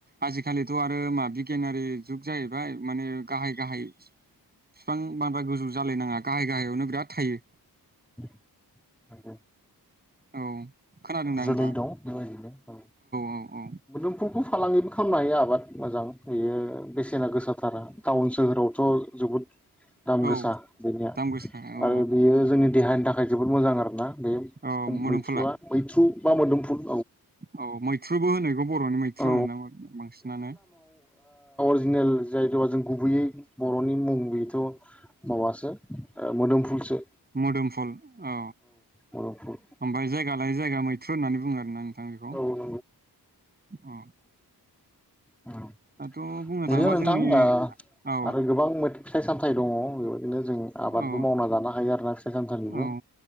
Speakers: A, on the right; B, in the centre.
A: आजिखालिथ' आरो मा बिगियानारि जुग जाहैबाय माने गाहाय गाहाय बिफां बांद्राय गुजौ जालायनाङा गाहाय गाहायावनो बिराद थायो
B: <unintelligible>
A: औ खोनादोंना
B: जोलै
A: नोंथां
B: दं बेबायदिनो औ
A: औ औ
B: मुदुमफोलखौ फालांगिबो खालामनो हायो आबाद मोजां बेयो बेसेना गोसाथारा टाउन सोहोरावथ' जोबोद दाम
A: औ
B: गोसा बेनिया
A: दाम गोसा औ
B: आरो बेयो जोंनि देहानि नि थाखाय जोबोद मोजां आरो ना बे
A: औ
B: मैथ्रुआ
A: मोदोमफुला
B: थ्रु बा मुदुमफोल
A: औ मैथ्रुबो होनायखौ बर'नि मैथ्रु
B: औ
A: होनो ना बांसिनानो
B: दिनो जाय द जों गुबैयै बर' नि मुंह बिथ मुदुमफोल फुलसो
A: मोदोमफुल औ
B: मुदुमफुल
A: ओमफ्राय जाय जायगा लायै जायगा मैथ्रु होननानै बोङो आरोना नोंथां बेखौ
B: औ औ
A: अ
B: बेनो
A: दाथ' बुंनो थाङोबा
B: नोंथां
A: जोंनि
B: अ
A: औ
B: आरो गोबां मे फिथाइ सामथाय फाइ दङ बेबायदिनो जों आबादबो
A: औ
B: मावना जानो हायो आरोना फिथाइ सामथाइनिबो
A: औ